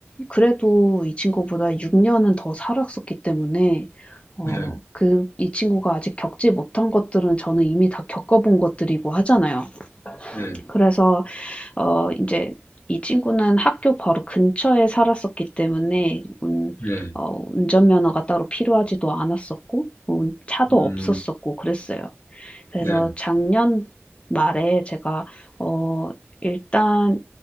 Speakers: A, on the left; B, on the left.
A: 그래도 이 친구보다 6 년은 더 살았었기 때문에 어
B: 네,
A: 그 이 친구가 아직 겪지 못한 것들은 저는 이미 다 겪어 본 것들이고 하잖아요.
B: 네.
A: 그래서 어 이제 이 친구는 학교 바로 근처에 살았었기 때문에 운
B: 네,
A: 어 운전면허가 따로 필요하지도 않았었고 운 차도
B: 음,
A: 없었었고 그랬어요. 그래서
B: 네,
A: 작년 말에 제가 어, 일단